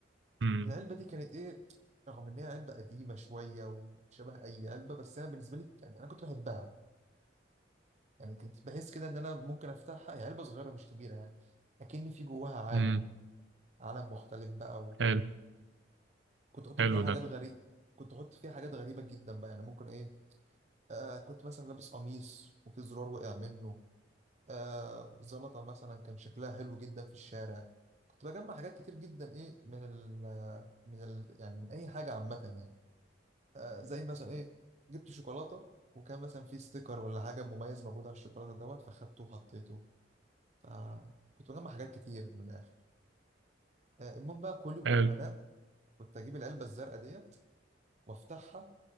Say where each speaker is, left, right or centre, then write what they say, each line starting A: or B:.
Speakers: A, on the right; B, on the right.
A: امم
B: العلبه دي كانت ايه رغم ان هي علبه قديمه شويه وشبه اي علبه بس انا بالنسبه لي يعني انا كنت بحبها يعني كنت بحس كده ان انا ممكن افتحها هي علبه صغيره مش كبيره يعني لكن في جواها عالم
A: امم
B: عالم مختلف بقى وكده
A: حلو
B: كنت احط
A: حلو
B: فيها حاجات
A: ده
B: غريبه كنت احط فيها حاجات غريبه جدا بقى يعني ممكن ايه آه كنت مثلا لابس قميص وفي زرار وقع منه آه زلطة مثلا كان شكلها حلو جدا في الشارع كنت بجمع حاجات كتير جدا ايه من ال من ال يعني من اي حاجة عامة يعني آه زي مثلا ايه جبت شوكولاتة وكان مثلا في ستيكر ولا حاجة مميز موجود على الشوكولاتة دوت فخدته وحطيته فكنت بجمع حاجات كتير من الآخر آه المهم بقى كل يوم
A: حلو
B: قبل ما انام كنت اجيب العلبة الزرقاء ديت وافتحها